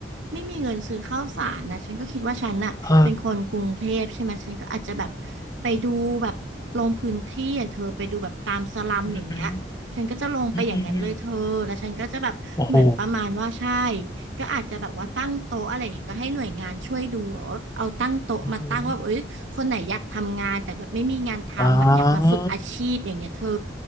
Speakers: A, on the right; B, on the left.
A: ไม่มีเงินซื้อข้าวสารนะฉันก็คิดว่าฉันน่ะ
B: เออ
A: เป็นคนกรุงเทพใช่ไหมฉันก็อาจจะแบบไปดูแบบลงพื้นที่อ่ะเธอไปดูแบบตามสลัมอย่างเงี้ยฉันก็จะลงไปอย่างนั้นเลยเธอแล้วฉันก็จะแบบเหมือนประมาณว่าใช่
B: อือหืออืออืออือโอ้โห
A: ก็อาจจะแบบว่าตั้งโต๊ะอะไรอย่างเงี้ยก็ให้หน่วยงานช่วยดูอะว่าเอาตั้งโต๊ะมาตั้งว่าแบบเอ้ยคนไหนอยากทำงานแต่แบบไม่มีงานทำแบบอยากมาฝึกอาชีพอย่างเงี้ยเธอ
B: อือหืออ่า